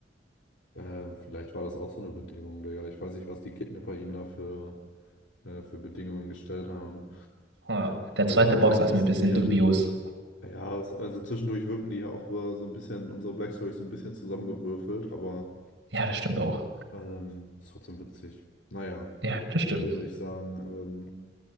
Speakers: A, on the left; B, on the right.
A: Ähm, vielleicht war das auch so eine Bedingung, Digga. Ich weiß nicht, was die Kidnapper ihm da für, äh, für Bedingungen gestellt haben.
B: Ah, Der zweite
A: Ich fand's
B: Boxer
A: auch ein
B: ist
A: bisschen
B: mir ein bisschen
A: weird.
B: dubios.
A: Ja, es, also zwischendurch wirken die ja auch äh, so ein bisschen, unsere Black Stories so ein bisschen zusammengewürfelt, aber
B: Ja, das stimmt auch.
A: ähm, ist trotzdem witzig. Naja,
B: Ja, das stimmt.
A: dann würde ich sagen, ähm,